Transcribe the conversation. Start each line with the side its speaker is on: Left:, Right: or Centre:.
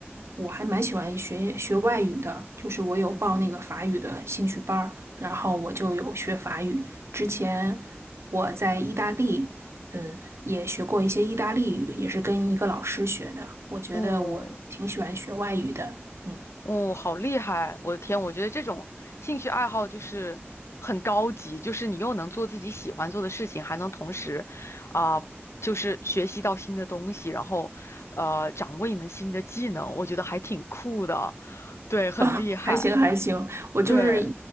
Right: 我还蛮喜欢学学外语的，就是我有报那个法语的兴趣班儿，
Left: 嗯，
Right: 然后我就有学法语。之前我在意大利，嗯，也学过一些意大利语，也是跟一个老师学的。我觉得我挺喜欢学外语的，
Left: 哦
Right: 嗯。
Left: 哦，好厉害！我的天，我觉得这种兴趣爱好就是很高级，就是你又能做自己喜欢做的事情，还能同时啊、就是学习到新的东西，然后呃，掌握一门新的技能，我觉得还挺酷的。对，很厉害。
Right: <laughs> 啊，还行还行，我就是
Left: 对，